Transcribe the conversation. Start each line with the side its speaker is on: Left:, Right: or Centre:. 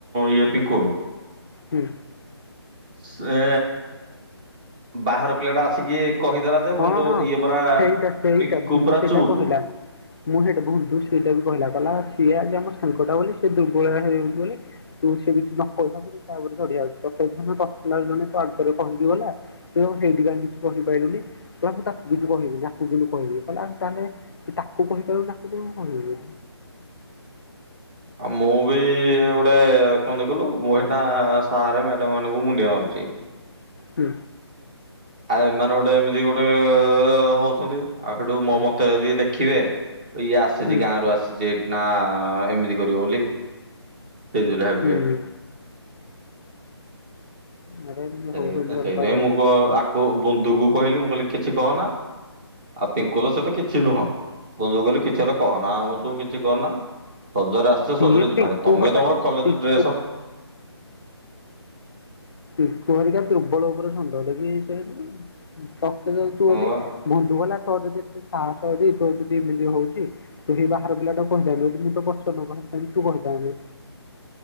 Right: ଇଏ ପିଙ୍କୁ।
Left: ହୁ।
Right: ସେ ବାହାର ପିଲା ଟା ଆସିକି କହିଦେଲା। ଯେ
Left: ହଁ
Right: କିନ୍ତୁ
Left: ହଁ
Right: ଇଏ ପରା
Left: ସେଇଟା ସେଇଟା
Right: ପିଙ୍କୁ
Left: ଭୁନଡୁ
Right: ପୁରା
Left: ସେଇଟା
Right: ଚୁପ୍।
Left: କହିଲା। ମୁଁ ସେଇଟା ଭୁନ୍ଦୁ ସେଇଟା ବି କହିଲା। କହିଲା ସିଏ ଆମ ସାଙ୍ଗଟା ବୋଲି ସେ ଦୁର୍ବଳ ହେଇଯାଉଛି ବୋଲି ତୁ ସେ କିଛି ନ କହିଥାଉ କିନ୍ତୁ ତା ଉପରେ ଚଢିଆଉଚି। ତତେ ହେଇଥିନେ <unintelligible> ଜଣେ ତା ଭିତରେ କହିକିଗଲା। ତୁ ତାକୁ ହେଇଠି କାଇଁ କିଛି କହିପାଇଲୁନି। କହିଲା ମୁଁ ତାକୁ କିଛି କହିବି ନି। ଆକୁ କିନ୍ତୁ କହିବି ହେଲା ତାହେଲେ ତୁ ତାକୁ କହିପାରିବୁନି ଆକୁ କେମିତି କହିବୁ?
Right: ଆଉ ମୁଁ ବି ଗୋଟେ କଣନ୍ତି କିହିଲୁ। ମୁଁ ହେଟା ସାର ମ୍ୟାଡମ ମାନଙ୍କୁ ମୁଣ୍ଡିଆ ମାରୁଛି।
Left: ହୁଁ।
Right: ଆଉ ଏମାନେ ଗୋଟେ ଏମିତି ଗୋଟେ ହଉଛନ୍ତି ଆଉ ହେଟୁ ମ ମତେ ଅଦି ଦେଖିବେ ଇଏ ଆସିଚି
Left: ହୁଁ
Right: ଗାଁରୁ ଆସିଚି ନାଁ ଏମିତି କରିବ ବୋଲି? ସିଜୁଲି ହାବିଏ।
Left: ହୁଁ। ଆରେ ଏମିତି
Right: ସେଇ
Left: ହଉଛନ୍ତି
Right: ତ ସେଇଥିପାଇଁ
Left: ଅଲଗା ପ୍ରକାର।
Right: ମୁଁ କ ଆକୁ ବନ୍ଦୁକୁ କହିଲି ମୁଁ କହିଲି କିଛି କହନା। ଆଉ ପିଙ୍କୁ ତ ସେ ତ କିଛି ନୁହଁ ବନ୍ଦୁ କହିଲି କିଛି ହେଲେ କହନା ଆଉ ତୁ କିଛି କହନା। ସଜରେ ଆସିଚ
Left: ସିଏ
Right: ସଜରେ ଯିବାହାରି
Left: ପିଙ୍କୁ
Right: ତମେ
Left: ହକା
Right: ତମର କଲେଜରେ
Left: ପିଙ୍କୁ
Right: ଡ୍ରେସ
Left: ପିଙ୍କୁ ହରିକା ତ୍ରୁର୍ବଳ ଓପରେ ଷଣ୍ଢ ଟେକି ହେଇସାଇଲେଇଁ। ଉଁ ତତେ ଯଦି ତୁ
Right: ହଁ
Left: ଅଦି
Right: ବା
Left: ବନ୍ଧୁ କହିଲା ତୋର ଯଦି ଏତେ ସାହସ ଅଛି ତୋର ଯଦି ଏମିତି ହଉଚି ତ ସେଇ ବାହାର ପିଲାଟାକୁ କହିଥାନ୍ତି ଯଦି ମୁଁ ତୋ ପଛ ନ ବାହାରିଥାନ୍ତି ତୁ କହିଥାନ୍ତୁ।